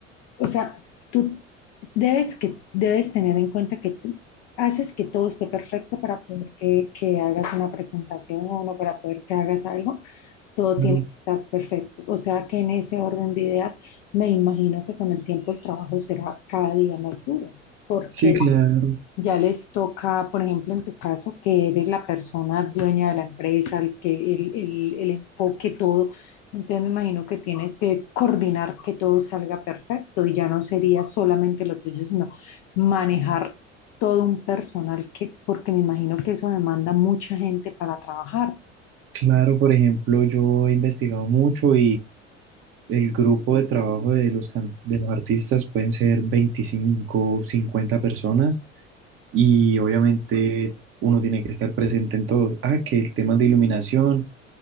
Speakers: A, on the left (about 45°); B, on the right (about 35°).
A: o sea, tú debes que, debes tener en cuenta que tú haces que todo esté perfecto para poder que, que hagas una presentación o no para poder que hagas algo, todo
B: Claro.
A: tiene que estar perfecto. O sea que en ese orden de ideas, me imagino que con el tiempo el trabajo será cada día más duro, porque
B: Sí, claro,
A: ya les toca, por ejemplo, en tu caso, que eres la persona dueña de la empresa, el que el, el, el enfoque, todo. Entonces me imagino que tienes que coordinar que todo salga perfecto y ya no sería solamente lo tuyo, sino manejar todo un personal que, porque me imagino que eso demanda mucha gente para trabajar.
B: claro, por ejemplo, yo he investigado mucho El grupo de trabajo de los, can- de los artistas pueden ser veinticinco cincuenta personas y obviamente uno tiene que estar presente en todo. Ah, que el tema de iluminación,